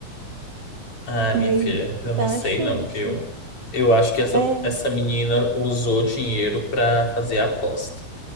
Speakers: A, on the left; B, on the right.
A: Ah,
B: Aí
A: minha filha, eu não
B: tá
A: sei
B: achando
A: não, viu?
B: que.
A: Eu acho que essa,
B: É,
A: essa menina usou dinheiro pra fazer a aposta.